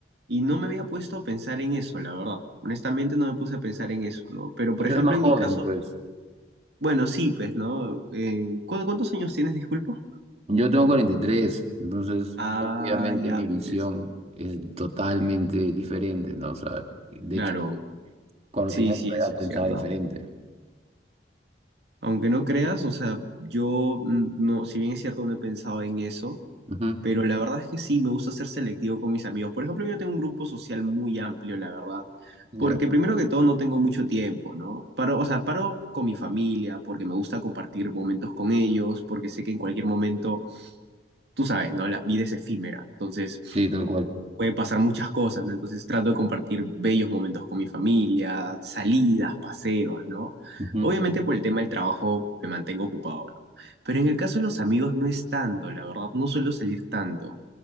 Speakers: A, on the right (about 70°); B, on the right (about 35°).
A: y no me había puesto a pensar en eso, la verdad. Honestamente, no me puse a pensar en eso, ¿no? Pero,
B: pues
A: por ejemplo,
B: tú eres más joven,
A: en mi caso,
B: pues.
A: bueno, sí, pues, ¿no? Eh, ¿cu- ¿cuántos años tienes, disculpa?
B: Yo tengo 43 entonces
A: Ah,
B: Ah, obviamente
A: ya,
B: mi
A: pues,
B: visión es totalmente diferente, ¿no? O sea, de
A: claro.
B: hecho, cuando
A: Sí,
B: tenía
A: sí,
B: esa
A: eso
B: edad
A: es
B: pensaba
A: cierto.
B: diferente.
A: Aunque no creas, o sea, yo mm, no, si bien es cierto, no he pensado en eso,
B: Ujú,
A: pero la verdad es que sí, me gusta ser selectivo con mis amigos. Por ejemplo, yo tengo un grupo social muy amplio, la verdad,
B: Ya,
A: porque primero que todo no tengo mucho tiempo, ¿no? Paro, o sea, paro con mi familia porque me gusta compartir momentos con ellos, porque sé que en cualquier momento, tú sabes, ¿no? La vida es efímera, entonces
B: Sí, tal cual.
A: puede pasar muchas cosas, ¿no? Entonces trato de compartir bellos momentos con mi familia, salidas, paseos, ¿no?
B: Ujú.
A: Obviamente por el tema del trabajo me mantengo ocupado, ¿no? Pero en el caso de los amigos no es tanto, la verdad, no suelo salir tanto.